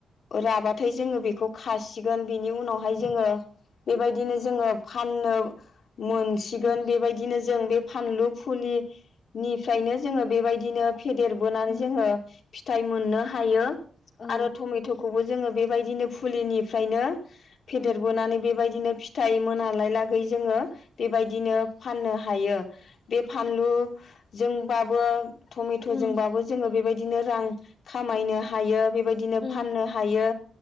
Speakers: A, on the left (about 65°); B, on the left (about 45°).
A: राबाथाय जोङो बेखौ खासि गोन बिनि उनावहाय जोङो
B: उम
A: बेबायदिनो जोङो फाननो मोनसिगोन
B: उम
A: बेबायदिनो जों बे फानलु फुलि निफ्रायनो जोङो बेबाय दिनो फेदेर बोनानै
B: उम
A: जोङो फिथाइ मोननो हायो।
B: औ
A: आरो थुमै खौबो जोङो बेबायदिनो फुलिनिफ्रायनो फेदेरबोनानै
B: उम औ
A: बेबायदिनो फिथाइ मोनालाय लागै जोङो बेबायदिनो फाननो हायो बे फानलु जोंबाबो टमेट'
B: उम
A: जोंबाबो जोङो बेबायदि बिदिनो रां खामायनो हायो बेबायदिनो
B: उम
A: फाननो हायो